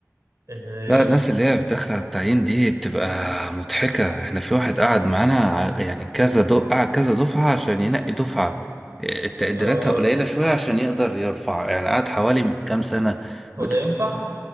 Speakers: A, on the right; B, in the centre.
A: إيه،
B: لا الناس اللي هي بتدخل على التعيين دي بتبقى مضحكة احنا في واحد قعد معانا ع- يعني كذا دو... قعد كذا دفعة عشان ينقي دفعة إيه، تقديراتها
A: آه،
B: قليلة شوية عشان يقدر يرفع يعني قعد حوالي كام سنة
A: هو
B: وت-
A: ده ينفع